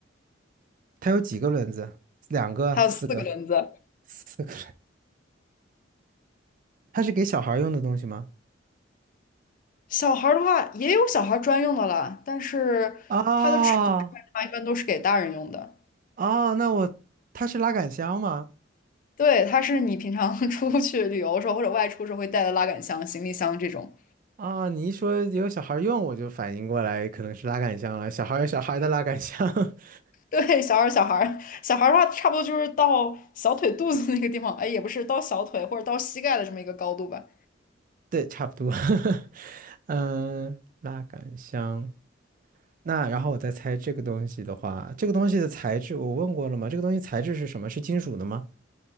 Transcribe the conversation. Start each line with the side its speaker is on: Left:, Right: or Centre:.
Right: 它有几个轮子？两个、
Left: 它有四个轮子。
Right: 四个、四个轮它是给小孩儿用的东西吗？
Left: 小孩儿的话也有小孩儿专用的啦，但是它的尺寸上面的话一般都是给大人用的。
Right: 啊。哦，那我，它是拉杆箱吗？
Left: 对，它是你平常 <laughs> 出去旅游的时候或者外出时候会带的拉杆箱、行李箱这种。
Right: 啊，你一说有小孩儿用，我就反应过来可能是拉杆箱了。小孩儿有小孩儿的拉杆箱，<laughs>
Left: 对，小孩儿、小孩儿、小孩儿的话，差不多就是到小腿肚子那个地方，哎，也不是到小腿或者到膝盖的这么一个高度吧。
Right: 对，差不多。<laughs> 嗯，拉杆箱。那然后我再猜这个东西的话，这个东西的材质我问过了吗？这个东西材质是什么？是金属的吗？